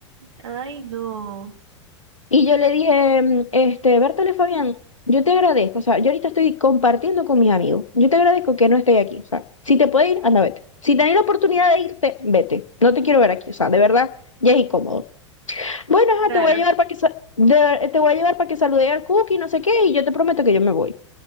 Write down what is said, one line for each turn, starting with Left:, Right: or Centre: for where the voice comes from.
Right: Ay, no.
Left: Y yo le dije, mm, este, Bertale Fabián, yo te agradezco, o sea, yo ahorita estoy compartiendo con mis amigos, yo te agradezco que no estés aquí, o sea, si te puedes ir, anda, vete. Si tenés la oportunidad de irte, vete, no te quiero ver aquí, o sea, de verdad, ya es incómodo. Bueno,
Right: Claro,
Left: ajá, te voy a llevar para que, sa- de- te voy a llevar para que salude al cookie, no sé qué, y yo te prometo que yo me voy.